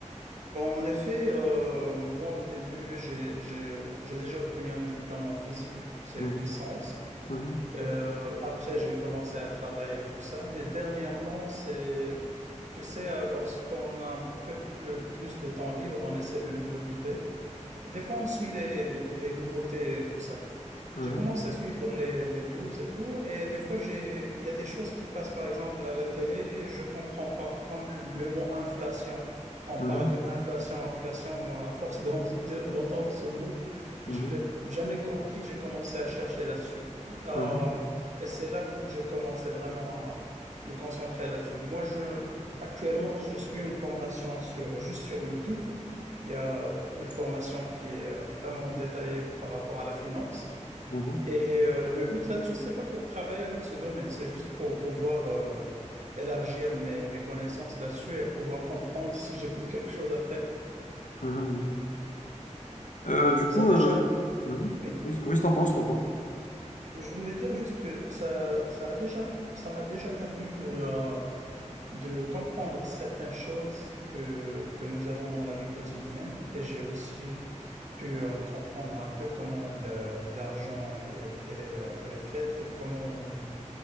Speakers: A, on the right (about 70°); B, on the left (about 80°).
A: Bon, en effet, euh, moi au début, j'ai j'ai- j'ai déjà obtenu un diplôme en physique. C'est
B: Mhm,
A: une licence.
B: mhm,
A: Euh, après, j'ai commencé à travailler et tout ça. Mais dernièrement, c'est, tu sais, euh, lorsqu'on a un peu plus, plus de temps libre, on essaie de nous occuper. Des fois, on suit les, les nouveautés et tout ça.
B: mhm,
A: J'ai commencé à suivre les, les news et tout, et des fois, j'ai, il y a des choses qui passent, par exemple, à la télé, je comprends pas, comme le mot inflation. On
B: mhm,
A: parle de inflation, inflation, moi, à force d'en- de- d'entendre ce mot,
B: mhm,
A: je l'ai jamais compris, j'ai commencé à chercher là-dessus. Euh,
B: mhm,
A: et c'est là où j'ai commencé vraiment à me concentrer là-dessus. Moi, je, actuellement, je suis une formation sur, juste sur YouTube. Il y a une formation qui est euh, vraiment détaillée par rapport à la finance.
B: mhm,
A: Et euh, le but là-dessus, c'est pas pour travailler avec ce domaine, c'est juste pour pouvoir euh, élargir mes, mes connaissances là-dessus et pouvoir comprendre si j'écoute quelque chose après.
B: mhm, mhm. Euh, du
A: Ça
B: coup,
A: déjà,
B: euh, mhm.
A: oui,
B: Oui, oui, je t'entends, je t'entends.
A: je voulais dire juste que ça, ça a déjà, ça m'a déjà permis de, euh, de comprendre certaines choses que, que nous avons dans la vie quotidienne et j'ai aussi pu euh, comprendre un peu comment le- l'argent elle, elle est, euh, elle est faite et comment